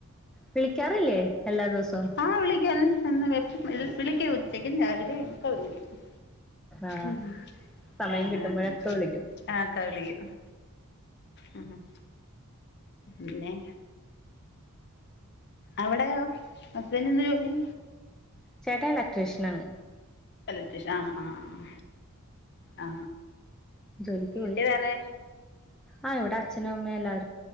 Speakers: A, in the centre; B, on the left.
A: വിളിക്കാറില്ലേ എല്ലാ ദിവസവും
B: ആഹ് വിളിക്കും എന്ന് വിളിക്കും ഉച്ചക്കും രാവിലെ ഓക്കെ വിളിക്കും.
A: ആഹ്
B: ഉം
A: സമയം
B: ആഹ്
A: കിട്ടുമ്പഴൊക്കെ വിളിക്കും
B: ആഹ് ഓക്കെ വിളിക്കും ആ പിന്നെ അവിടെയോ ഹസ്ബൻറ് എന്ന് ജോലി
A: ചേട്ടാ ഇലക്ട്രീഷ്യൻ ആണ്
B: ഇലക്ടിഷ ആഹ് ആഹ് ആ ആ
A: ജോലിക്ക്
B: വീട്ടിൽ
A: പോയി
B: വേറെ
A: ആ ഇവിടെ അച്ഛനും അമ്മയ എല്ലവ